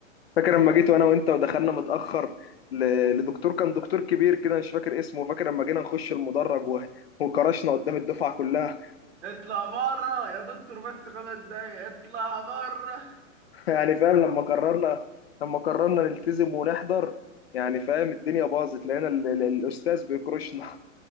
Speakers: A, on the left; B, on the right.
A: فاكر لما جيت وانا وانت ودخلنا متاخر ل- لدكتور كان دكتور كبير كده مش فاكر اسمه فاكر لما جينا نخش المدرج و- وكرشنا قدام الدفعه كلها
B: اطلع بره يا دكتور بس خمس دقايق اطلع بره
A: <laughs> يعني فاهم لما قررنا لما قررنا نلتزم ونحضر يعني فاهم الدنيا باظت لقينا ال- ال- الاستاذ بيكرشنا